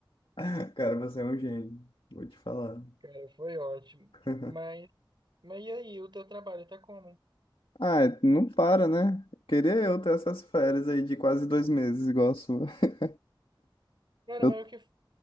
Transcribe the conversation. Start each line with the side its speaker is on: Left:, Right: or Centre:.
Left: <laughs> Cara, você é um gênio. Vou te falar.
Right: Cara, foi ótimo.
Left: <laughs>
Right: Mas, mas e aí, o teu trabalho tá como?
Left: Ah, não para, né? Queria eu ter essas férias aí de quase dois meses, igual a sua. <laughs>
Right: Cara,
Left: Eu,
Right: mas o que